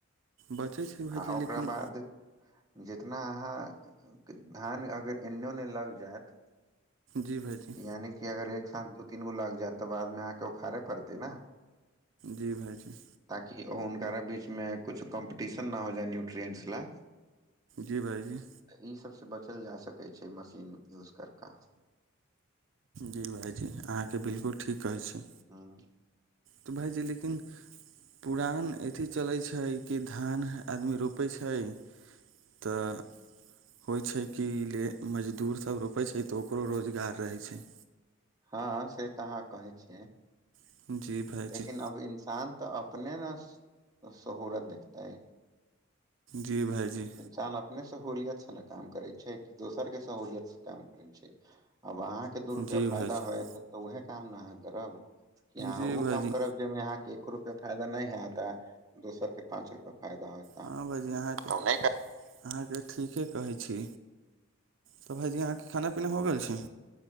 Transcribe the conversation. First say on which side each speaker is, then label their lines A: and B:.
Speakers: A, on the right; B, on the right.
A: बचै छै भाइजी
B: आ ओकरा
A: लेकिन
B: बाद जितना अहाँ धान अगर एने ओने मतलब जैत
A: जी भाइजी
B: यानि की अगर एक साथ दु तीन गो लग जैत तऽ बादमे अहाँकेँ उखाड़य पड़तै नऽ
A: जी भाइजी
B: ताकि हुनकरा बीचमे कछु कम्पटिशन नऽ हो जाइ न्यूट्रेन्स लऽ
A: जी भाइजी
B: ई सबसँ बचल जा सकै छै मशीन यूज कैर कऽ
A: जी भाइजी अहाँकेँ बिलकुल ठीक कहै छी
B: हुँ
A: तऽ भायजी लेकिन पुरान अथी चलै छै कि धान आदमी रोपै छै तऽ होइ छै कि ले मजदूर सब रोपै छै तऽ ओकरो रोजगार रहै छै
B: हँ से तऽ अहाँ कहै छियै
A: छै जी भाइजी
B: लेकिन अब इन्सान तऽ अपने नऽ शहूरत देखतै
A: जी भाइजी
B: इन्सान अपने सहूलियत से नऽ काम करै छै कि दोसर केँ सहूलियत से काम करै छै आब अहाँकेँ दू रुपैया
A: जी भाइजी
B: फायदा होयत तऽ उहे काम नऽ अहाँ करब की अहाँ
A: जी
B: उ
A: भाइजी
B: काम करब जाहिमे अहाँकेँ एक रूप या फायदा नय हैत आ दोसर केँ पाँच रुपैया फायदा होएत
A: हँ भायजी अहाँकेँ उ नय कर अहाँकेँ ठीके कहै छी तऽ भाायजी अहाँकेँ खाना पीना हो गेल छै